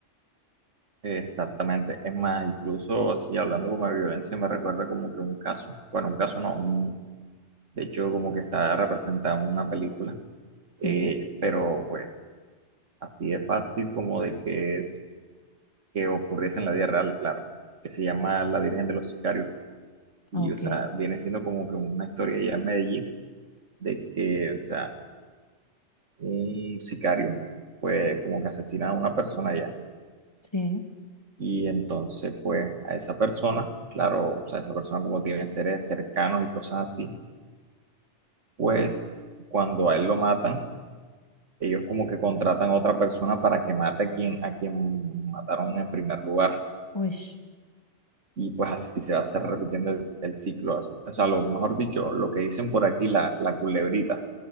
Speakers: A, on the right (about 75°); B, on the left (about 20°).
A: Exactamente, es más, incluso así hablando como de violencia, me recuerda como que un caso, bueno, un caso no, un, de hecho como que está representado en una película, eh,
B: Sí,
A: pero pues así es fácil como de que es que ocurriese en la vida real, claro, que se llama La Virgen de los Sicarios, y
B: ok.
A: o sea, viene siendo como que una historia ya en Medellín de que, o sea, un sicario, pues como que asesina a una persona ya.
B: Sí,
A: Y entonces, pues a esa persona, claro, o sea, esa persona como tiene seres cercanos y cosas así, pues cuando a él lo matan, ellos como que contratan a otra persona para que mate a quien, a quien mataron en primer lugar.
B: uy,
A: Y pues así se va a hacer repitiendo el, el ciclo. así. O sea, lo mejor dicho, lo que dicen por aquí, la, la culebrita.